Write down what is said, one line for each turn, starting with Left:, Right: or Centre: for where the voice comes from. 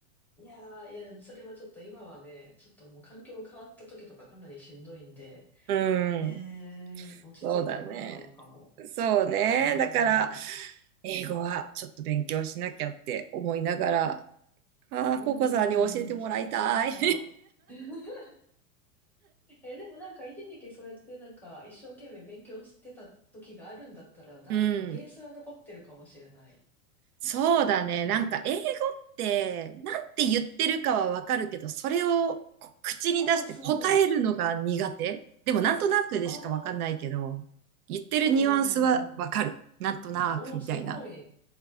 Centre: いやー、いやでもそれはちょっと今はね、ちょっともう環境が変わった時とかかなりしんどいんで、
Right: <laughs> うん。
Centre: ねー、落ち着いてからがいいかも。
Right: そうだね。そうね。
Centre: うーん。
Right: だから、英語はちょっと勉強しなきゃって思いながら、ああ、
Centre: うん、
Right: ココさんに教えてもらいたい。
Centre: そうかそうか。<laughs> え、でもなんか一時期それってなんか一生懸命勉強してた時があるんだったら、だ、
Right: <laughs> うん。
Centre: なんかベースは残ってるかもしれない。
Right: そうだね。
Centre: うん。
Right: なんか英語って、なんて言ってるかはわかるけど、それをこう口に出して答えるのが苦手。
Centre: ああ、すごい。
Right: でもなんとなくでしかわかんないけど、
Centre: ああ、
Right: 言ってるニュアンスはわかる。
Centre: うんうんうんうん。
Right: なんとなくみたいな。
Centre: おお、すごい。